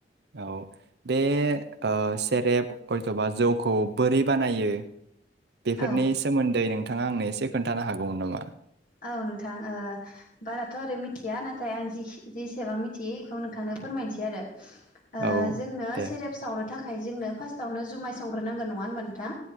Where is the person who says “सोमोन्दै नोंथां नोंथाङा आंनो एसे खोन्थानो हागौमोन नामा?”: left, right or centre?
Right